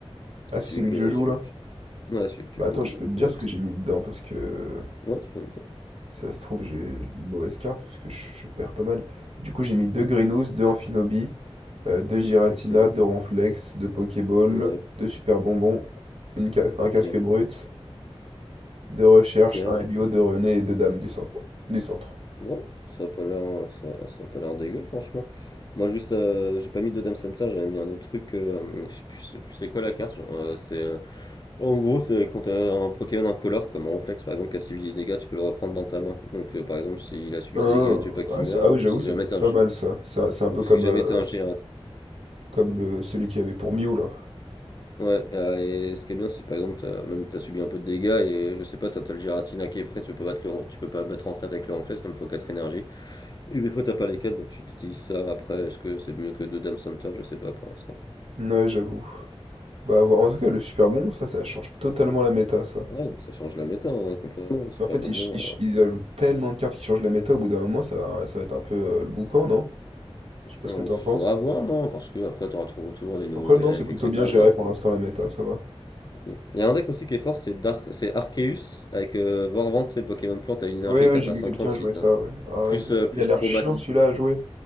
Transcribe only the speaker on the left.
celui
que
celui
Ouais, celui que
tu jouais,
euh,
il a
parce
que-
Ouais, tu peux me dire.
Ok,
ouais,
ok,
ok,
ouais.
Ouais, ça a pas l'air, euh, ça, ça a pas l'air dégueu, franchement. Moi, juste, euh, j'ai pas mis de Dame Samter, j'avais mis un autre truc. euh, je sais plus, je sais plus c'est quoi la carte. genre, euh, c'est, euh, en gros, c'est quand t'as un Pokémon incolore, comme Ronflex par exemple, qui a subi des dégâts, tu peux le reprendre dans ta main. Donc, euh, par exemple, s'il a subi
des dégâts et tu veux pas qu'il
meure,
ou si
jamais
t'as
un,
ou si
jamais
t'as un Gyarados.
Ouais, euh, et ce qui est bien, c'est par exemple, t'as, même t'as subi un peu de dégâts et je sais pas, t'as t'as le Giratina qui est prêt, tu peux pas battre le, tu peux pas battre en retraite avec le Renflex comme il faut 4 énergies. Et des fois t'as pas les 4 bah tu utilises ça après, est-ce que c'est mieux que deux Dame Center, je sais pas pour l'instant.
Ouais, donc ça change la méta hein, complètement, le super
bonbon.
Euh,
euh,
faut avoir, non, parce que après t'auras trou- toujours des nouveaux
decks,
etc.
t'as-
bon. Il y a un deck aussi qui est fort, c'est Dark, c'est Arceus avec euh, Vorvante, c'est Pokémon Plante, t'as une énergie,
t'as
pas
50
si
t'as
plus,
euh, plus
Crobat.